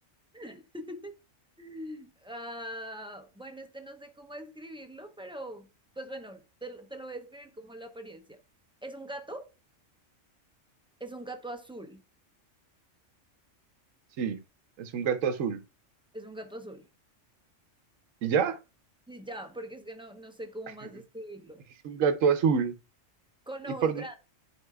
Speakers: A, in the centre; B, on the right (about 80°).
A: <laughs> Ah, bueno, este no sé cómo describirlo, pero pues bueno, te, te lo voy a describir como la apariencia. Es un gato, es un gato azul,
B: sí, es un gato azul.
A: es un gato azul.
B: ¿Y ya?
A: Y ya, porque es que no, no sé cómo
B: <laughs>
A: más describirlo.
B: Es un gato azul.
A: Con
B: ¿Y
A: ojos
B: por,
A: grandes,
B: dó-